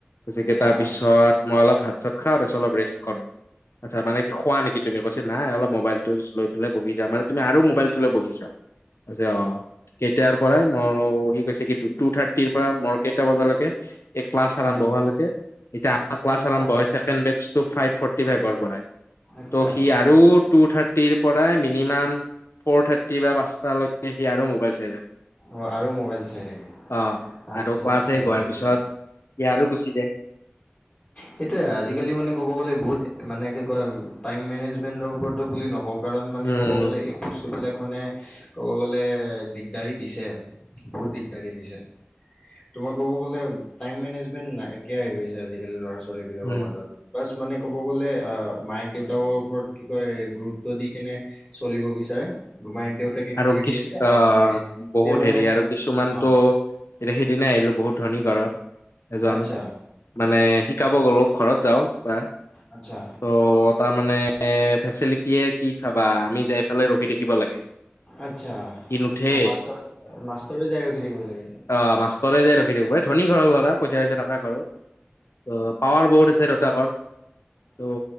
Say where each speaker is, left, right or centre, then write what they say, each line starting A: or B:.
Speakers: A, on the left; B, on the left.
A: কেই
B: অ',
A: তাৰ পিছত মই অলপ ভাত চাত খা তাৰিছত অলপ ৰেষ্ট কৰো আচ্ছা মানে কি খোৱা নেকি তুমি কৈছে নাই অলপ মোবাইল টো লৈ পেললে বহি যা মানে তুমি মোবাইলটো লৈ বহি যোৱা আছে অ কেেইতিয়াৰ পৰাই মোৰ কি কৈছে টু থাৰ্টিৰ পৰা মই কেইটা বজালৈকে এই ক্লাছ আৰম্ভ
B: অ',
A: হকে এতিয়া আমাৰ ক্লাছম্ভ
B: আচ্ছা,
A: হয় ফ ফটি ফন
B: আচ্ছা,
A: ত' সি আৰু টু থাৰ্টি থটিৰ পৰাই মিনিমাম ফ'ৰ থাৰ্টি বা পাঁচালৈকে সি আৰু মবাইল চাই
B: অ আৰু মোবাইল চাই থাকে
A: অ
B: আচ্ছা
A: আৰু ক্লাছ
B: আচ্ছা
A: শেষ হোৱাৰ
B: অজছ
A: পিছত সি আৰু গুচি যায়
B: সেইটোৱে আজিকালি মানে ক'ব গ'লে বহুত মানে কি কয় টাইম মেনেজমেণ্টৰ ওপৰতো বুলি নকওঁ কাৰণ মানে
A: উম
B: ক'ব গ'লে এই বস্তুবিলাক মানে ক'ব গ'লে দিগদাৰী দিছে বহুত দিগদাৰি দিছে তোমাৰ ক'ব গ'লে টাইম মেনেজমেন্ট নাই একিয় গৈছে আজিকালি ল'ৰা ছোৱালী বিলাকৰ
A: উম
B: মাজত বা মানে ক'ব গ'লে মায়েক দেউতাকৰ ওপৰত কি কয় গুৰুত্ব দি কিনে চলিব বিচাৰে মায়েক দেউতাকে
A: আৰু
B: কৰি
A: কিছ
B: দি আছে
A: আহ
B: অ কৰি দি আছে
A: বহুত
B: যে মানে
A: হেৰি আৰু কিছুমানতো
B: অ
A: এতিয়া সেইদিিনাই আহিলো বহুত ধনী ঘৰত এজন
B: আচ্ছা
A: মানে শিকাব গলো ঘৰত যাও তাৰ ত'
B: আচ্ছা
A: তাৰ মানে এ ফেচিলিটিয়ে কি চাবা আমি যাই ফালে ৰখি থাকিব লাগে
B: আচছা
A: সি নুঠে
B: অ মাৰ মাষ্টৰ যাই ৰখি থাকিব লাগে
A: অ মাষ্টৰৰে যোই ৰখি দিবাই ধনী ঘৰ লৰাা পইচা পইচা ত পাৱাৰ বৰ্ড আছে দেউতাকৰ ত'